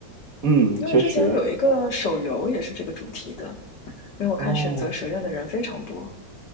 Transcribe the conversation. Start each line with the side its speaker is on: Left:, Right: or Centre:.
Right: 嗯，
Left: 因为之前有一个手游也是这个主题的，
Right: 确实。
Left: 因为我看选择蛇院的人非常多。
Right: 哦